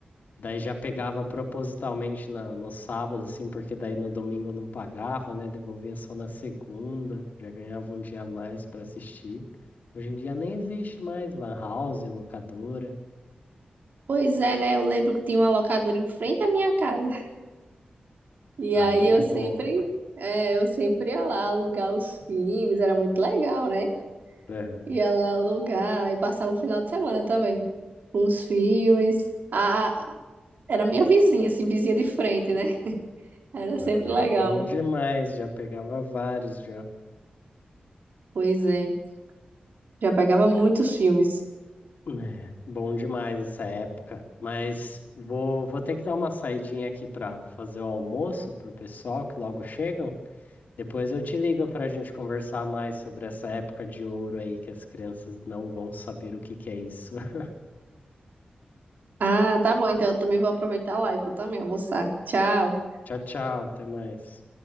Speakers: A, on the left; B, on the right.
A: Daí já pegava propositalmente na, no sábado, assim, porque daí no domingo eu não pagava, né? Devolvia só na segunda, já ganhava um dia a mais pra assistir. Hoje em dia nem existe mais lan house, locadora.
B: Pois é, né? Eu lembro que tinha uma locadora em frente à minha casa. E
A: Aí
B: aí eu
A: é bom.
B: sempre, é, eu sempre ia lá alugar os filmes, era muito legal, né?
A: Aham,
B: Ia lá alugar e passava o final de semana também com os filmes. A, a- era minha vizinha, assim, vizinha de frente, né? Era
A: Aí
B: sempre
A: era
B: legal.
A: bom demais, já pegava vários já.
B: Pois é. Já pegava muitos filmes.
A: É, bom demais essa época. Mas vou, vou ter que dar uma saidinha aqui para fazer o almoço pro pessoal que logo chegam. Depois eu te ligo para a gente conversar mais sobre essa época de ouro aí que as crianças não vão saber o que que é isso. <laughs>
B: Ah, tá bom. Então eu também vou aproveitar a live. Vou também almoçar. Tchau.
A: Tchau, tchau, até mais.